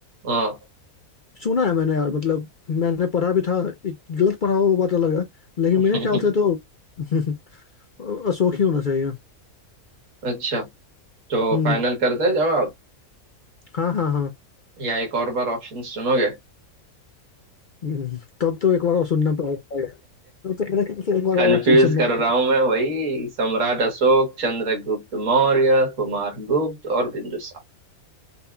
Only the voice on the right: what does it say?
हाँ
<laughs>
अच्छा तो
फाइनल करते हैं जवाब
या एक और बार ऑप्शन सुनोगे
कंफ्यूज
कर रहा
हूं मैं वही सम्राट अशोक चंद्रगुप्त मौर्य कुमार गुप्त और बिंदुसार